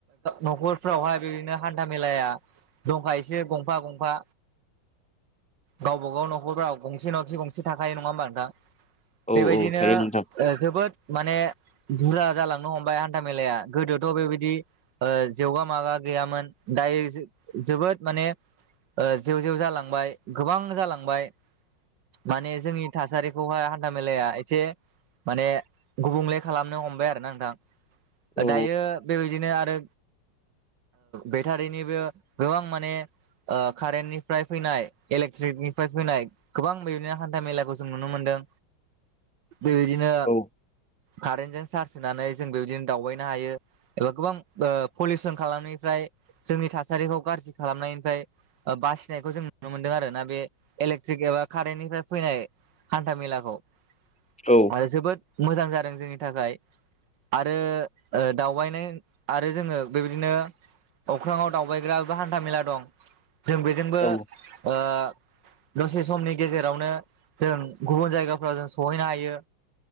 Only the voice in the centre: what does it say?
औ
औ थायो नोंथां
औ
<inaudible>
औ
औ
औ